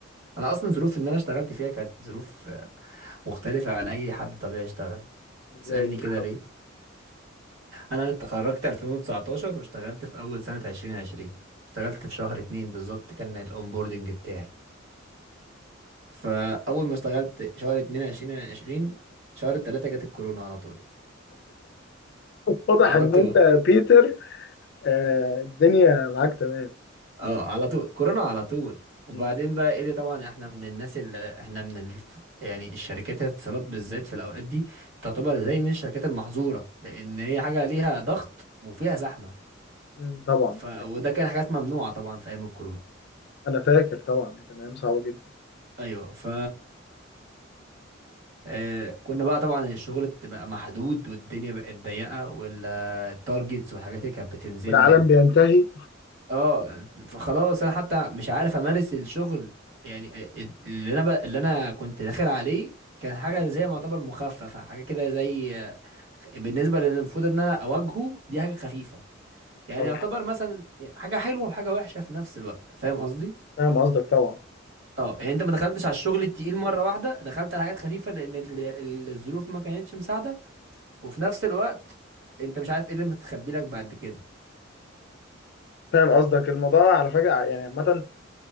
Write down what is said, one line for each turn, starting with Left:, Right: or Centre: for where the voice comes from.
Right: انا اصلا ظروف ان انا اشتغلت فيها كانت ظروف آه، مختلفه عن اي حد طبيعي اشتغل
Left: ازاي
Right: اسالني
Left: إيه اللي
Right: كده
Left: حصل
Right: ليه انا اتخرجت 2019 واشتغلت في اول سنه 2020 اشتغلت في شهر اتنين بالظبط كان الاونبوردنج بتاعي فاول ما اشتغلت شهر اتنين 2020 شهر التلاته جت الكورونا على طول
Left: واضح
Right: على
Left: ان
Right: طول
Left: انت يا بيتر آه الدنيا معاك تمام
Right: اه على طول كورونا على طول وبعدين
Left: مم.
Right: بقى ايه ده طبعا احنا من الناس اللي احنا من الف... يعني الشركات الاتصالات بالذات في الاوقات دي تعتبر زي من الشركات المحظوره لان هي حاجه ليها ضغط وفيها زحمه
Left: مم، طبعا
Right: ف... وده كان حاجات ممنوعه طبعا في ايام الكورونا
Left: انا فاكر طبعا كان ايام صعبه جدا
Right: ايوه ف آه كنا بقى طبعا الشغل بقى محدود والدنيا بقت ضيقه والتارجتس والحاجات اللي كانت بتنزل
Left: والعالم
Right: لي
Left: بينتهي
Right: اه فخلاص انا حتى مش عارف امارس الشغل يعني ال- اللي انا ب... اللي انا كنت داخل عليه كان حاجه
Left: مم،
Right: زي ما يعتبر مخففه حاجه كده زي بالنسبه للي المفروض ان انا اواجهه دي حاجه خفيفه يعني
Left: طبعا
Right: يعتبر مثلا حاجه حلوه وحاجه وحشه في نفس الوقت فاهم قصدي
Left: فاهم قصدك طبعا
Right: اه يعني انت ما دخلتش على الشغل التقيل مره واحده دخلت على حاجات خفيفه لان ال- ال- الظروف ما كانتش مساعده وفي نفس الوقت انت مش عارف ايه اللي متخبي لك بعد كده
Left: فاهم قصدك الموضوع على فكره يعني عامه